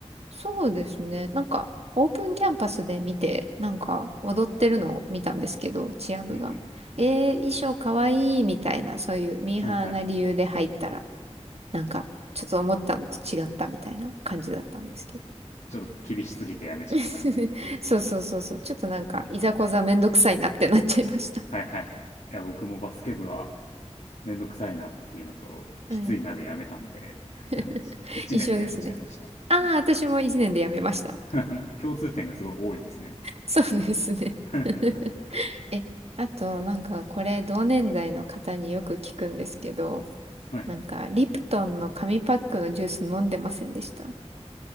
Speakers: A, on the right; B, on the left.
A: そうですね。なんか、オープンキャンパスで見て、なんか、踊ってるのを見たんですけど、チア部が。
B: うん。
A: えー、衣装かわいいみたいな、そういうミーハーな理由で入ったら、
B: はいはい。
A: なんか、ちょっと思ったのと違ったみたいな感じだったんですけど。
B: ちょっと厳しすぎてやめちゃったみたいな。
A: <laughs> そうそうそうそう。ちょっとなんか、
B: え
A: いざこざめんどくさいなってなっちゃいました。
B: はいはいはい。いや、僕もバスケ部はめんどくさいなっていうのと、きついなでやめたんで、
A: はい。
B: <laughs>
A: <laughs>
B: 1年でやめちゃいました。
A: 一緒ですね。ああ、
B: うん
A: 私も一年で辞めました。
B: <laughs> 共通点がすごい多いですね。
A: そうですね。
B: <laughs>
A: <laughs> え、あと、なんか、これ、同年代の方によく聞くんですけど、
B: はい。
A: なんか、リプトンの紙パックのジュース飲んでませんでした